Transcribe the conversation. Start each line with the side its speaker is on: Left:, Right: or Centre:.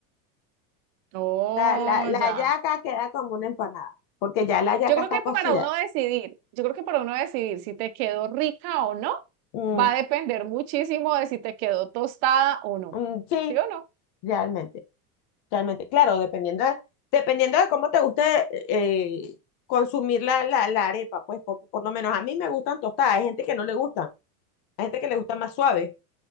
Right: Oh,
Left: sea, la, la
Right: ya.
Left: yaca queda como una empanada, porque ya la yaca
Right: Yo creo
Left: está
Right: que
Left: cocida.
Right: para uno decidir, yo creo que para uno decidir si te quedó rica o no,
Left: Mm,
Right: va a depender muchísimo de si te quedó tostada o no.
Left: mm, sí,
Right: ¿Sí o no?
Left: realmente, realmente. Claro, dependiendo de, dependiendo de cómo te guste eh, consumir la, la, la arepa, pues, porque por lo menos a mí me gustan tostadas, hay gente que no le gustan, hay gente que le gusta más suave,